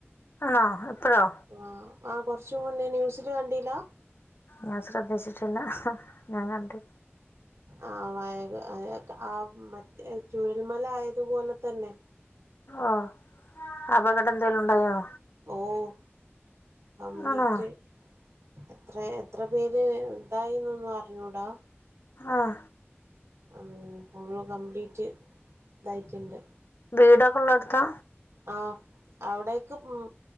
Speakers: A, on the left; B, on the right.
A: ആഹ് ഇപ്പഴോ
B: ആഹ് ആ കൊറച്ച് മുന്നേ ന്യൂസില് കണ്ടിലാ
A: ഞാൻ ശ്രദ്ധിച്ചിട്ടില്ല. ഞാൻ കണ്ടി
B: ആഹ് വയഗ ആഹ് മറ്റേ ചുഴൽമല ആയതുപോലെ തന്നെ
A: ആഹ് അപകടം എന്തെലും ഇണ്ടായോ
B: ഓഹ് കംപ്ലീറ്റ്
A: ആണോ
B: എത്രെ എത്രെ പേര് ഇതായി ന്നൊന്നും അറിഞ്ഞൂടാ
A: ആഹ്.
B: ഉം ഫുള്ള് കംപ്ലീറ്റ് ഇതായിട്ടുണ്ട്
A: വീടൊക്കെള്ളെടുത്ത
B: ആഹ് അവിടെയൊക്ക് ഉം